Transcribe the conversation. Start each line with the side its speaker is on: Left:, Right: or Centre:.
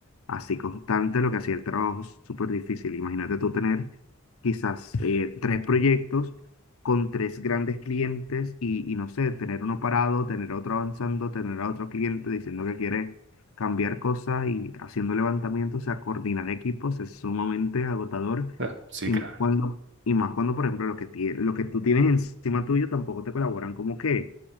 Left: así constante, lo que hacía el trabajo súper difícil. Imagínate tú tener quizás eh, tres proyectos con tres grandes clientes y, y no sé, tener uno parado, tener otro avanzando, tener a otro cliente diciendo que quiere cambiar cosas y haciendo levantamientos, o sea, coordinar equipos es sumamente agotador
Right: ah, sí,
Left: y
Right: claro.
Left: más cuando, y más cuando por ejemplo, lo que, tie- lo que tú tienes encima tuyo tampoco te colaboran como que